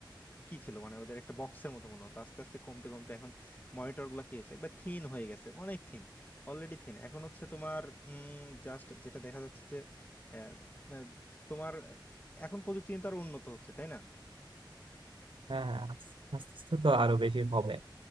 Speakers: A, on the left; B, on the right.
A: কি ছিল মানে ওদের একটা বক্সের মতো মনে হতো আস্তে আস্তে কমতে কমতে এখন মনিটর গুলো কি হয়েছে একবার থিন হয়ে গেছে অনেক থিন অলরেডি থিন এখন হচ্ছে তোমার জাস্ট যেটা দেখা যাচ্ছে যে আহ, আহ, তোমার আহ, এখন প্রযুক্তি কিন্তু আরো উন্নত হচ্ছে তাই না
B: হ্যাঁ হ্যাঁ আস- আস্তে আস্তে তো আরো বেশি হবে